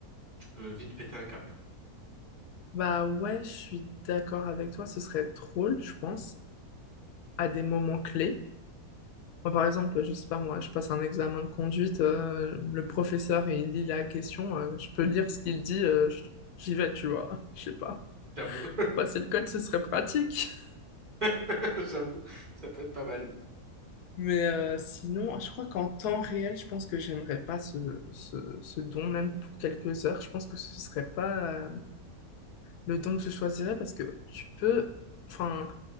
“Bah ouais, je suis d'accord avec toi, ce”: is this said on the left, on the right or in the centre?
Left